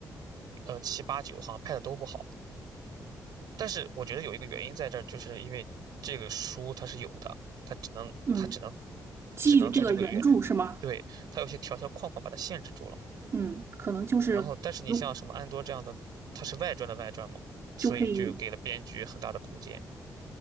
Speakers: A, on the right; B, on the right.
A: 呃七八九好像拍的都不好。但是我觉得有一个原因在这儿，就是因为这个书它是有的，它只能它只能
B: 嗯，基于这个原著是吗？
A: 只能在这个原，对，它有些条条框框把它限制住了。
B: 嗯，可能就是如
A: 然后，但是你像什么安多这样的，它是外传的外传嘛，
B: 就可以，
A: 所以就给了编剧很大的空间。